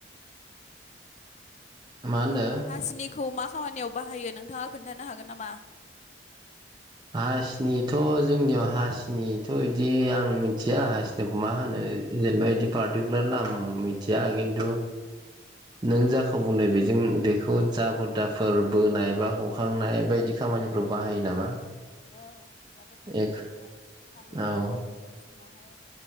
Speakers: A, on the right; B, on the left.
A: मा होनदों
B: हासिनिखौ मा खामानियाव बाहायो नोंथाङा खोन्थानो हागोन नामा?
A: हासिनिथ' जोंनियाव हासिनिथ' बिदि आं मिथिया हासि मा होनो जेनेबा बिदि पार्टिकुलार नाम मिथिया खिनथु नों जाखौ बुंदों बेजों बेखौ जाबोर दाफोर बोनाय बा ह खांनाय
B: अ
A: बायदि खामानिफ्राव
B: अ
A: बाहायो नामा?
B: औ जाबोर थाफोर
A: एक
B: जेब्ला हाल एवगोन
A: औ
B: हाल‌ एवनाय समावहाय